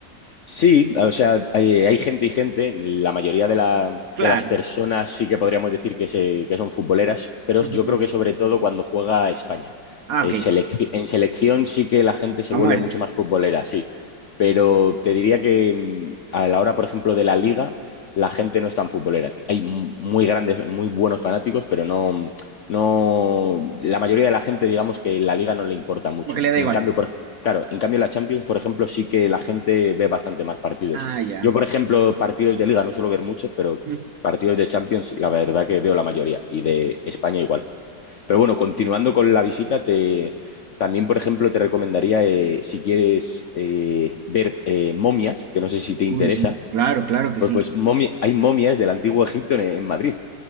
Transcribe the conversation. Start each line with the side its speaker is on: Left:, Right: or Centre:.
Left: Sí, o sea, hay, hay gente y gente. La mayoría de, la-
Right: Claro.
Left: de las personas sí que podríamos decir que, se- que son futboleras, pero
Right: Ujú.
Left: yo creo que sobre todo cuando juega a España.
Right: Ah,
Left: Eh,
Right: ok.
Left: selec- en selección sí que la gente se
Right: A
Left: vuelve
Right: muerte.
Left: mucho más futbolera, sí. Pero te diría que mm, a la hora, por ejemplo, de la liga, la gente no es tan futbolera. Hay m- muy grandes, muy buenos fanáticos, pero no, no, la mayoría de la gente, digamos que la liga no le importa mucho.
Right: Como que le da
Left: En
Right: igual.
Left: cambio, por Claro, en cambio la Champions, por ejemplo, sí que la gente ve bastante más partidos.
Right: Ah, ya.
Left: Yo, por ejemplo, partidos de Liga no suelo ver muchos, pero
Right: Ujú.
Left: partidos de Champions, la verdad que veo la mayoría y de España igual. Pero bueno, continuando con la visita, te... también, por ejemplo, te recomendaría, eh, si quieres eh, ver eh, momias, que no sé si te interesa,
Right: Uy, sí. Claro, claro que
Left: pues,
Right: sí.
Left: pues momia- hay momias del antiguo Egipto en, en Madrid,